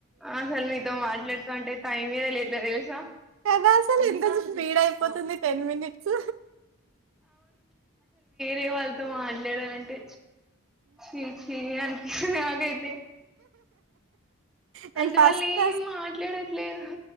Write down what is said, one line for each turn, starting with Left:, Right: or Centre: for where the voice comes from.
Centre: ఆసలు మీతో మాట్లాడు తాంటే టైమే తెలియట్లే తెలుసా
Right: <unintelligible> కదా అసలు ఎంత స్పీడ్ అయిపోతుంది టెన్ మినిట్స్
Centre: రేవాళ్లతో మాట్ లేదనంటే చి చి నాగైత్ తే
Right: నేను
Centre: అందువల్ల
Right: ఫస్ట్
Centre: ఏం మాట్లాడట్లేదు